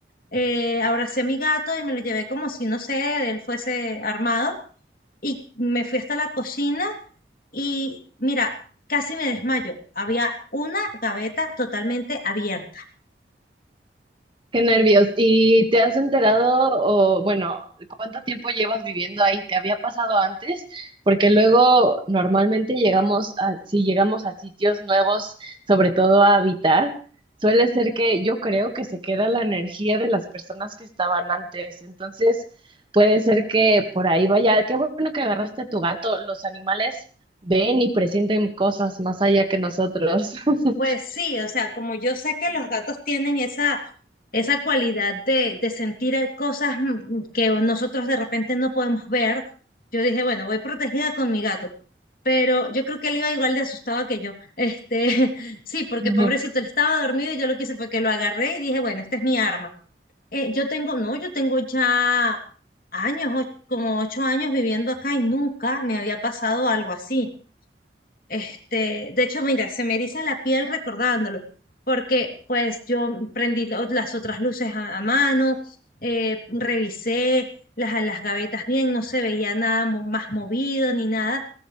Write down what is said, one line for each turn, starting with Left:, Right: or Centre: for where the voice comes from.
Left: eh, abracé a mi gato y me lo llevé como si, no sé, él fuese armado, y me fui hasta la cocina y mira, casi me desmayo. Había una gaveta totalmente abierta.
Right: Qué nervios. ¿Y te has enterado o, bueno, cuánto tiempo llevas viviendo ahí? ¿Te había pasado antes? Porque luego normalmente llegamos a, si llegamos a sitios nuevos, sobre todo a habitar, suele ser que yo creo que se queda la energía de las personas que estaban antes. Entonces, puede ser que por ahí vaya. Qué bueno que agarraste a tu gato. Los animales ven y presienten cosas más allá que nosotros. <laughs>
Left: Pues sí, o sea, como yo sé que los gatos tienen esa, esa cualidad de, de sentir eh, cosas mm, que nosotros de repente no podemos ver, yo dije, bueno, voy protegida con mi gato. pero yo creo que él iba igual de asustado que yo. Este, <laughs> sí, porque
Right: <laughs>
Left: pobrecito, él estaba dormido y yo lo que hice fue que lo agarré y dije, bueno, esta es mi arma. Eh, yo tengo, no, yo tengo ya años, o- como ocho años viviendo acá y nunca me había pasado algo así. Este, de hecho, mira, se me eriza la piel recordándolo, porque pues yo prendí lo- las otras luces a, a mano, eh, revisé las, las gavetas bien, no se veía nada mo- más movido ni nada